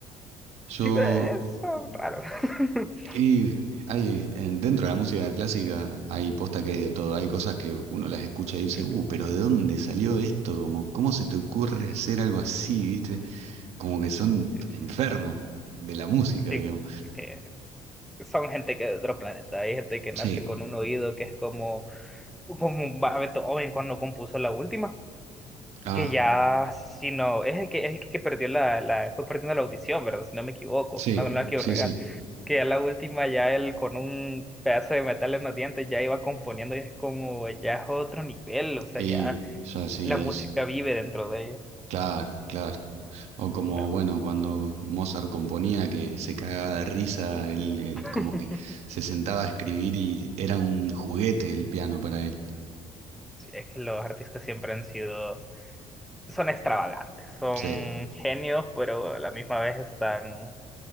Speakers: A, on the right (about 65°); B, in the centre.
A: Yo,
B: Sí, pero es son raros. <laughs>
A: y hay, en- dentro de la música clásica hay posta que hay de todo. Hay cosas que uno las escucha y dice,
B: Eh,
A: uh, pero ¿de dónde salió esto? Como, ¿cómo se te ocurre
B: eh,
A: hacer algo así, viste? Como que son
B: Eh,
A: enfermos de la música,
B: <laughs> Sí,
A: digamos.
B: que son gente que de otro planeta. Hay gente que
A: Sí,
B: nace con un oído que es como, como un ba- Beethoven cuando compuso la última.
A: ah,
B: Que ya, si no, es el que, es el que perdió la, la, fue perdiendo la audición, ¿verdad? Si no me equivoco,
A: sí,
B: no, no la quiero
A: sí,
B: regar.
A: sí.
B: Que ya la última, ya él con un pedazo de metal en los dientes ya iba componiendo y es como, ya es otro nivel, o sea,
A: Y
B: ya
A: ya sí
B: la
A: es.
B: música vive dentro de ellos.
A: Claro, claro. O como,
B: Sí, me parece.
A: bueno, cuando Mozart componía que se cagaba de risa, él, él
B: <laughs>
A: como que se sentaba a escribir y era un juguete el piano para él.
B: Sí, Es que los artistas siempre han sido, son extravagantes, son
A: Sí,
B: genios, pero a la misma vez están